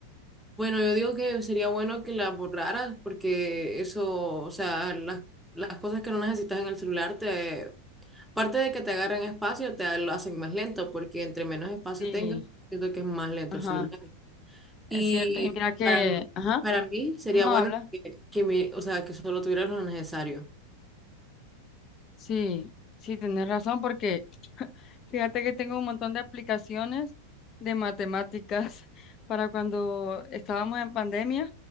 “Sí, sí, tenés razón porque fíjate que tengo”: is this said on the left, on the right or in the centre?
Left